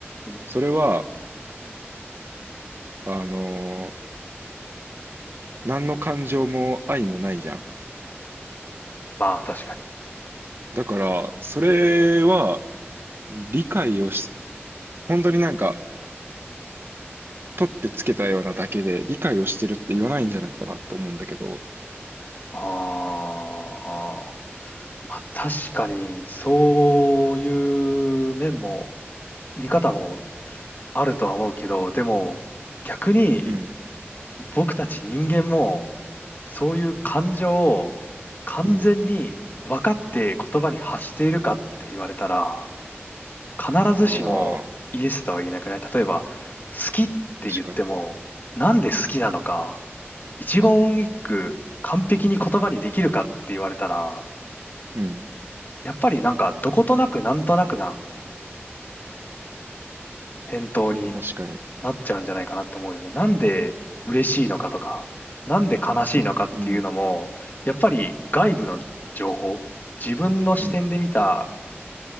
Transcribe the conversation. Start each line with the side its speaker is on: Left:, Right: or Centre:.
Left: うん
Right: それは、あのー何の感情も愛もないじゃん。
Left: まあ、確かに。
Right: だから、それは理解をし、本当になんか、取ってつけたようなだけで理解をしてるって言わないんじゃないかなって思うんだけど。
Left: ああ。まあ、確かに、そういう面も、見方もあるとは思うけど、でも、逆に
Right: うん。
Left: 僕たち人間も、そういう感情を完全に分かって言葉に発しているかって言われたら、
Right: うん。
Left: 必ずしもイエスとは言えなくない例えば、
Right: ああ、
Left: 好きって言っても、
Right: 確かに。
Left: なんで好きなのか、一言一句完璧に言葉にできるかって言われたら、
Right: うん。
Left: やっぱりなんかどことなくなんとなくな返答に
Right: まあ確かに。
Left: なっちゃうんじゃないかなと思うよね。なんで嬉しいのかとか、なんで悲しいのかっていうのも、
Right: うん。
Left: やっぱり外部の情報、自分の視点で見た
Right: うん。